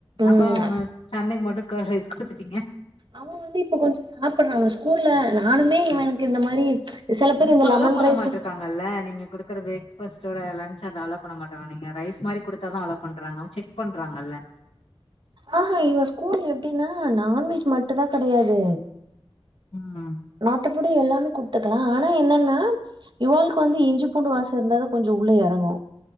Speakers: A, on the right; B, on the left.
A: ம்
B: அப்புறோ உங்க சந்தைக் மட்டு கேர்ட் ரைஸ் குடுத்துட்டீங்க
A: அவே வந்து இப்ப கொஞ்சோ சாப்பறா அவே ஸ்கூல்ல நானுமே இவே எனக்கு இந்த மாரி சில பேர்
B: இப்ப
A: இந்த லெமன்
B: அலோ பண்ணமாட்டிரிக்காங்கலே
A: ரைஸ்
B: நீங்க குடுக்குற பிரேக் ஃபஸ்ட் ஓட லன்ச் அன்ட் அலோ பண்ண மாட்டங்க நீங்க ரைஸ் மாரி குடுத்தா தா அலோ பண்றங்க செக் பண்றாங்க இல்ல
A: ஆஹா இவே ஸ்கூல் எப்டின்னா நான்வெஜ் மட்டு தா கெடையாது
B: ம்.
A: மத்தபடி எல்லாமே குடுத் கத்துக்கலா ஆனா என்னன்னா இவாளுக்கு வந்து இஞ்சி பூண்டு வாசோ இருந்தாத கொஞ்சோ உள்ள எறங்கு